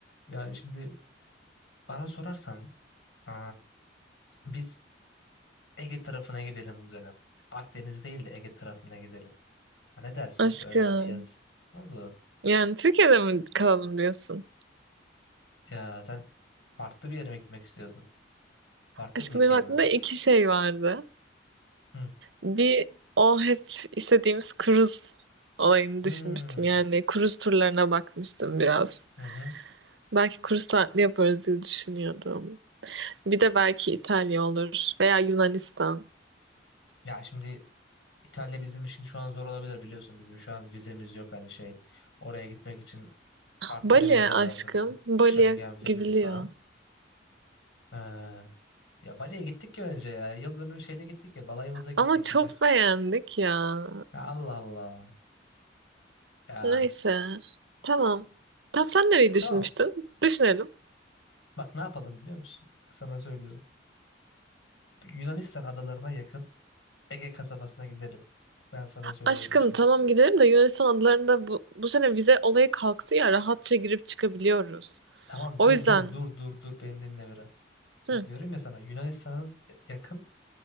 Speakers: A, on the left; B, on the right.
A: Yani şimdi bana sorarsan e, biz Ege tarafına gidelim bu dönem. Akdeniz değil de Ege tarafına gidelim. Ha, ne dersin?
B: Aşkım
A: Böyle hani yaz. Ne oldu?
B: yani Türkiye'de mi kalalım diyorsun?
A: Ya sen farklı bir yere mi gitmek istiyordun? Farklı
B: Aşkım
A: bir ülkeye
B: benim aklımda
A: mi?
B: iki şey vardı.
A: Hı.
B: Bir o hep istediğimiz kruz olayını
A: Hmm.
B: düşünmüştüm. Yani kruz turlarına bakmıştım biraz.
A: Hı hı.
B: Belki kruz tatili yaparız diye düşünüyordum. Bir de belki İtalya olur veya Yunanistan.
A: Ya şimdi İtalya bizim için şu an zor olabilir biliyorsun. Bizim şu an vizemiz yok hani şey. Oraya gitmek için farklı
B: Bali
A: bir vize
B: aşkım.
A: lazımdı.
B: Bali'ye
A: Schengen
B: gidiliyor.
A: vizesi falan. Ee, ya Bali'ye gittik ya önce ya. Yıldönüm şeyde gittik ya. Balayımıza gittik
B: Ama çok
A: ya.
B: beğendik ya.
A: Ya Allah Allah. Ya
B: Neyse. Tamam. Tam sen nereyi düşünmüştün?
A: tamam.
B: Düşünelim.
A: Bak ne yapalım biliyor musun? Sana söylüyorum. Yunanistan adalarına yakın Ege kasabasına gidelim. Ben sana söylüyorum
B: Aşkım
A: şimdi.
B: tamam gidelim de Yunanistan adalarında bu, bu sene vize olayı kalktı ya rahatça girip çıkabiliyoruz.
A: Tamam
B: O
A: dur
B: yüzden
A: dur dur dur dur beni dinle biraz.
B: hı,
A: Bak diyorum ya sana Yunanistan'ın yakın